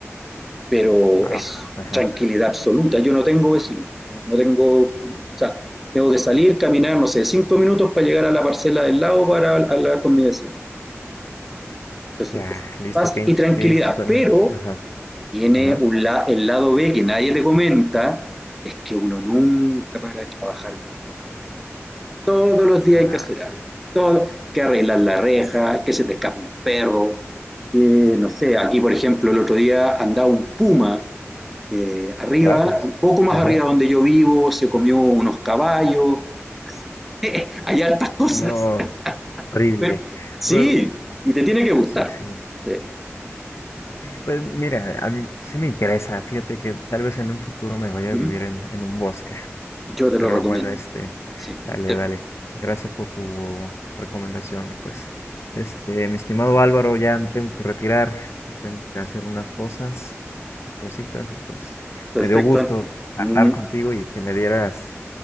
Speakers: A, in the centre; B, on the left.
A: pero
B: Wow.
A: es
B: Ajá.
A: tranquilidad absoluta. Yo no tengo vecino, no, no tengo, o sea, tengo que salir, caminar, no sé, cinco minutos para llegar a la parcela del lado para hablar con mi vecino. Entonces,
B: Ya,
A: es
B: listo.
A: paz
B: ¿Qué, in-
A: y tranquilidad,
B: qué suena?
A: pero
B: Ajá.
A: tiene
B: Ajá.
A: un la, el lado B que nadie te comenta, es que uno nunca para de trabajar cuando vive en el bosque. Todos los días
B: Ah,
A: hay que hacer algo, todo, que arreglar la reja, que se te escapa un perro, que, no sé, aquí por ejemplo el otro día andaba un puma eh, arriba,
B: rayos.
A: un poco más
B: Ajá.
A: arriba donde yo vivo, se comió unos caballos, <laughs> hay altas cosas.
B: No, terrible.
A: Pero, sí,
B: Bueno,
A: y te tiene que gustar.
B: sí, sí.
A: Sí.
B: Pues mira, a mí sí me interesa. Fíjate que tal vez en un futuro me vaya
A: Uh
B: a vivir
A: -huh.
B: en, en un bosque.
A: Yo te
B: Pero
A: lo recomiendo.
B: bueno, este,
A: Sí.
B: dale,
A: Te,
B: dale. Gracias por tu recomendación. Y pues, este, mi estimado Álvaro, ya me tengo que retirar, tengo que hacer unas cosas, unas cositas, y pues
A: perfecto,
B: me dio gusto
A: Antri.
B: hablar
A: Mm,
B: contigo y que me dieras